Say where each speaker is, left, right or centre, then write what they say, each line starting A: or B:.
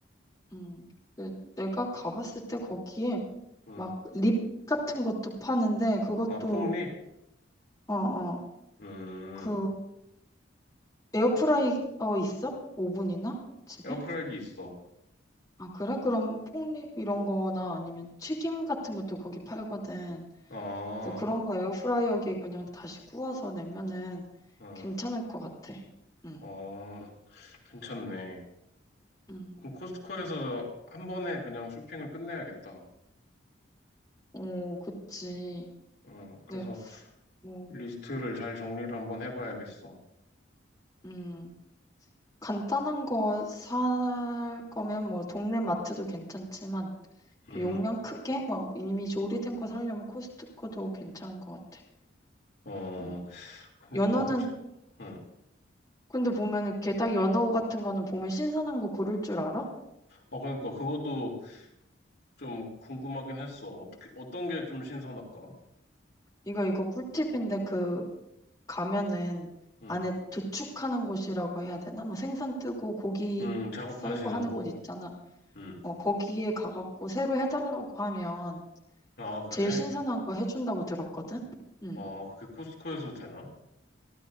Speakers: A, on the left (about 20°); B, on the left (about 55°).
A: 음, 그 내가 가봤을 때 거기에
B: 응.
A: 막 립 같은 것도 파는데 그것도
B: 아, 폭립?
A: 어, 어,
B: 음,
A: 그 에어프라이어 있어? 오븐이나 집에?
B: 에어프라이기 있어.
A: 아, 그래? 그럼 폭립 이런 거나 아니면 튀김 같은 것도 거기 팔거든.
B: 아,
A: 그래서 그런 거 에어프라이어기에 그냥 다시 구워서 내면은
B: 응.
A: 괜찮을 것 같아. 응,
B: 어, 괜찮네.
A: 음
B: 그럼 코스트코에서 한 번에 그냥 쇼핑을 끝내야겠다.
A: 오, 그치.
B: 응. 그래서
A: 네, 뭐,
B: 리스트를 잘 정리를 한번 해봐야겠어.
A: 음. 간단한 거 살 거면 뭐 동네 마트도 괜찮지만
B: 음,
A: 용량 크게 막 이미 조리된 거 사려면 코스트코도 괜찮은 것 같아.
B: 어,
A: 음.
B: 그니까,
A: 연어는
B: 혹시, 응.
A: 근데 보면 이렇게 딱 연어 같은 거는 보면 신선한 거 고를 줄 알아?
B: 아, 그니까, 그것도 좀 궁금하긴 했어. 어떻게, 어떤 게 좀 신선할까?
A: 이거 이거 꿀팁인데 그 가면은
B: 응.
A: 안에 도축하는 곳이라고 해야 되나? 막 생선 뜨고 고기
B: 음, 작업하시는
A: 썰고 하는
B: 곳?
A: 곳 있잖아.
B: 응.
A: 어, 거기에 가갖고 새로 해달라고 하면
B: 아, 그래?
A: 제일 신선한 거 해준다고 들었거든? 음.
B: 아, 그게 코스코에서 되나?